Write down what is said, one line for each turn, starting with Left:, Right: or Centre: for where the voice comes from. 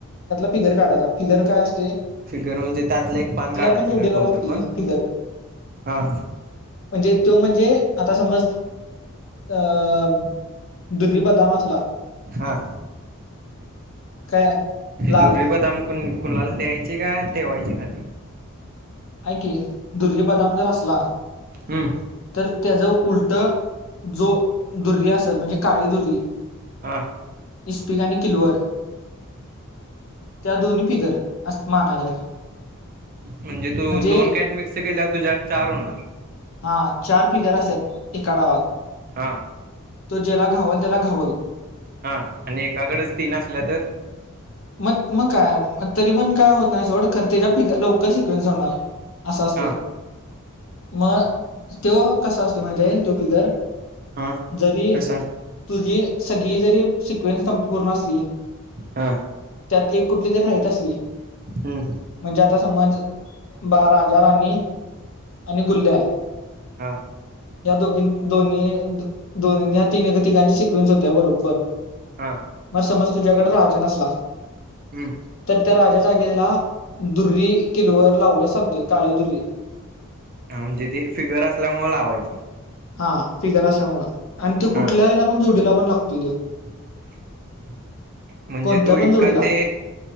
Left: फिगर काढाचा फिगर काय अस
Right: फिगर म्हणजे त्यातलं एक पान काढायचं
Left: पण जोडीला
Right: काय कोणतं
Left: लागतोय
Right: पण.
Left: तो फिगर
Right: हा.
Left: म्हणजे तो म्हणजे आता समज. अं दुर्री बदाम असला.
Right: हां
Left: काय
Right: ती
Left: लाल.
Right: दुर्री बदाम कुण कुणाला द्यायचे का ठेवायचे खाली.
Left: ऐकी दुर्य बदाम जर असला.
Right: हं,
Left: तर त्याचा उलट जो दुरी असेल म्हणजे काळी दुरी.
Right: हा.
Left: इस्पिक आणि किलवर. त्या दोन्ही फिगर अस मानायच्या.
Right: म्हणजे तू
Left: म्हणजे
Right: दोन कॅट मिक्स केल्यावर तुझ्यात चार होणार.
Left: हा चार फिगरस आहेत एका डावात.
Right: हां
Left: तो ज्याला घावाल त्याला घावल.
Right: हा आणि एकाकडेच तीन असल्या तर.
Left: मग मग काय तरी पण काय होत नाही सोड खर त्याच्या फ लवकर सिक्वेन्स होणार असं असते
Right: हां
Left: मग तो कसा असत माहि तो फिगर
Right: हां
Left: जरी
Right: कसा
Left: तुझी सगळी जरी सिक्वेन्स पूर्ण असली
Right: हा
Left: त्यात एक कुठली तरी राहत असली
Right: हं,
Left: म्हणजे आता समज राजा राणी आणि गुल्ल आहे
Right: हा
Left: या दोघी दोन्ही दोन ह्या तीन तिकांची सिक्वेन्स होत्या बरोबर
Right: हा
Left: मग समज तुझ्याकडे राजा नसला
Right: हं,
Left: तर त्या राजाचा ला दुर्री किलवर लावला चालते काळी दु्री
Right: हा म्हणजे ती फिगर असल्यामुळे लावायची
Left: हा फिगर असल्यामुळे आणि त कुठल्या
Right: हा
Left: वला पण जोडीला पण लागतोय दे
Right: <unintelligible> म्हणजे
Left: कोणत्या
Right: तू
Left: पण
Right: इका
Left: जोडीला
Right: ते